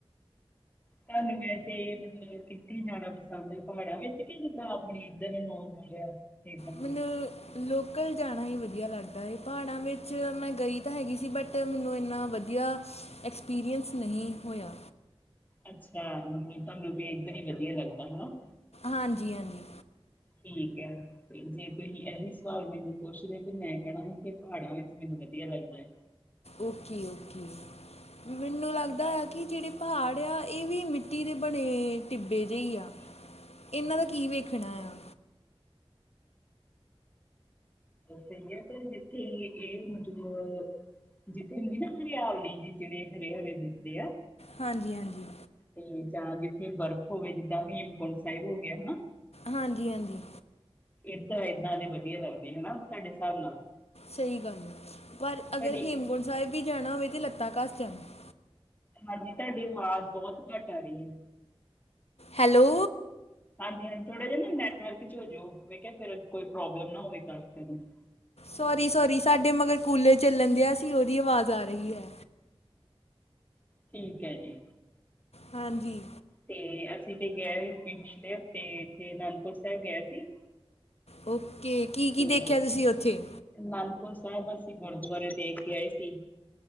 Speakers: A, on the left; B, on the left.
A: ਤੁਹਾਨੂੰ ਵੈਸੇ ਮਤਲਬ ਕਿੱਥੇ ਜਾਣਾ ਪਸੰਦ ਐ? ਪਹਾੜਾਂ ਵਿੱਚ ਕਿ ਜਿੱਦਾਂ ਆਪਣੇ ਇੱਧਰ ਨੋਰਮਲ ਆ। ਇਦਾਂ
B: ਮੈਨੂੰ ਲੋਕਲ ਜਾਣਾ ਹੀ ਵਧੀਆ ਲੱਗਦਾ ਐ, ਪਹਾੜਾਂ ਵਿੱਚ ਮੈਂ ਗਈ ਤਾਂ ਹੈਗੀ ਸੀ ਬਟ ਮੈਨੂੰ ਇੰਨਾ ਵਧੀਆ ਵਧੀਆ ਐਕਸਪੀਰੀਅੰਸ ਨਹੀਂ ਹੋਇਆ।
A: ਅੱਛਾ ਮਤਲਬ ਤੁਹਾਨੂੰ ਵੀ ਇਦਾਂ ਹੀ ਵਧੀਆ ਲੱਗਦਾ ਹੈਨਾ।
B: ਹਾਂਜੀ-ਹਾਂਜੀ।
A: ਠੀਕ ਐ ਤੇ ਜੇ ਤੁਸੀਂ ਇਹੀ ਸਵਾਲ ਮੈਨੂੰ ਪੁੱਛਦੇ ਕਿ ਮੈਂ ਕਹਿਣਾ ਸੀ ਕਿ ਪਹਾੜਾਂ ਵਿਚ ਮੈਨੂੰ ਵਧੀਆ ਲੱਗਦਾ ਐ।
B: ਓਕੇ-ਓਕੇ। ਮੈਨੂੰ ਲੱਗਦਾ ਆ ਕਿ ਜਿਹੜੇ ਪਹਾੜ ਆ ਇਹ ਵੀ ਮਿੱਟੀ ਦੇ ਬਣੇ ਟਿੱਬੇ ਜਿਹੇ ਹੀ ਆ।
A: <inaudible>
B: ਇਹਨਾਂ ਦਾ ਕੀ ਵੇਖਣਾ ਆ।
A: ਸਹੀ ਐ ਪਰ ਜਿੱਥੇ ਇਹ ਗਏ ਮਤਲਬ ਜਿੱਥੇ ਹੁੰਦੀ ਨਾ ਹਰਿਆਵਣੀ ਜੀ, ਜਿਣੇ ਹਰੇ-ਹਰੇ ਦਿਸਦੇ ਆ।
B: ਹਾਂਜੀ-ਹਾਂਜੀ।
A: ਤੇ ਜਾਂ ਜਿੱਥੇ ਬਰਫ਼ ਹੋਵੇ, ਜਿੱਦਾਂ ਹੇਮਕੁੰਟ ਸਾਹਿਬ ਹੋ ਗਿਆ ਹਨਾ।
B: ਹਾਂਜੀ-ਹਾਂਜੀ।
A: ਏਦਾਂ-ਏਦਾਂ ਦੇ ਵਧੀਆ ਲੱਗਦੇ ਹੈਨਾ, ਤੁਹਾਡੇ ਹਿਸਾਬ ਨਾਲ
B: ਸਹੀ ਗੱਲ ਆ ਪਰ
A: ਤੁਹਾਡੀ
B: ਅਗਰ ਹੇਮਕੁੰਟ ਸਾਹਿਬ ਵੀ ਜਾਣਾ ਹੋਵੇ ਤਾਂ ਲੱਤਾਂ ਕਸ ਜਾਣਾ।
A: ਹਾਂਜੀ, ਤੁਹਾਡੀ ਆਵਾਜ਼ ਬਹੁਤ ਘੱਟ ਆ ਰਹੀ ਐ।
B: ਹੈਲੋ।
A: ਹਾਂਜੀ-ਹਾਂਜੀ, ਥੋੜਾ ਜਿਹਾ ਨਾ ਨੈਟਵਰਕ ਚ ਹੋ ਜਾਓ। ਮੈਂ ਕਿਹਾ ਫ਼ੇਰ ਕੋਈ ਪ੍ਰੋਬਲਮ ਨਾ ਹੋਵੇ ਗੱਲ ਕਰਨ ਚ।
B: ਸੋਰੀ-ਸੋਰੀ ਸਾਡੇ ਮਗਰ ਕੂਲਰ ਚੱਲਣ ਦਿਆਂ ਸੀ ਉਹਦੀ ਆਵਾਜ਼ ਆ ਰਹੀ ਹੈ।
A: ਠੀਕ ਐ ਜੀ।
B: ਹਾਂਜੀ।
A: ਤੇ ਅਸੀਂ ਤੇ ਗਏ ਹੋਏ ਸੀ, ਪਿਛਲੇ ਹਫ਼ਤੇ ਇਥੇ ਅਨੰਦਪੁਰ ਸਾਹਿਬ ਗਿਆਏ ਸੀ।
B: ਓਕੇ, ਕੀ-ਕੀ
A: ਤੇ
B: ਦੇਖਿਆ ਤੁਸੀਂ ਉੱਥੇ?
A: ਅਨੰਦਪੁਰ ਸਾਹਿਬ ਅਸੀਂ ਗੁਰਦੁਆਰੇ ਦੇਖ ਕੇ ਆਏ ਸੀ।